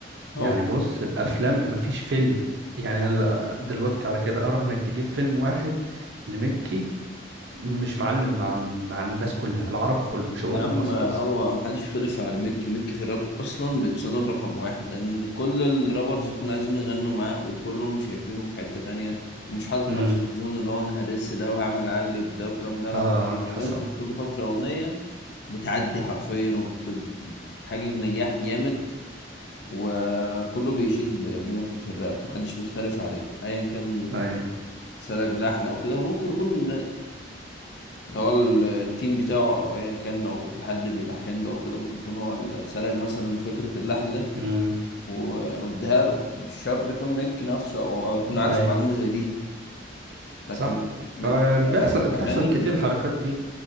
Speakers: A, on the right (about 70°); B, on the left (about 65°).
A: يعني
B: هو
A: بص الافلام مفيش فيلم يعني انا لا- دلوقتي على كده اراهنك انك تجيب فيلم واحد لمكي مش معلم مع ال... مع الناس كلها العرب كله مش هقول
B: يا عم
A: لك مصر
B: هو
A: بس
B: محدش يختلف عن ميك ميك في الراب اصلا بيتصنف رقم واحد لان كل الرابرز بيكونوا عايزين يغنوا معاه وكلهم شايفينه في حتة تانية ومش حاطط
A: امم
B: نفسه في زون اللي هو انا هدس ده وهعمل اجلب ده والكلام ده لا
A: اه
B: بينزل
A: حسن
B: كل فترة اغنية بتعدي حرفيا وبتحقق نجاح جامد وكله بيشيد ب- بميك في الراب محدش بيختلف عليه ايا كان
A: اي
B: سلك لحن او كده ممكن يكون اللي هو ال- التيم بتاعه او ايا كان لو في حد بيلحن له او كده ممكن يكون هو اللي سرق مثلا فكره اللحن ده
A: امم
B: و- واداها له مش شرط يكون ميك نفسه او او يكون عارف
A: اي
B: معلومه زي دي لكن
A: صح
B: ميك
A: آه بيحصل
B: في الاغاني
A: بتحصل كتير
B: ما-
A: الحركات دي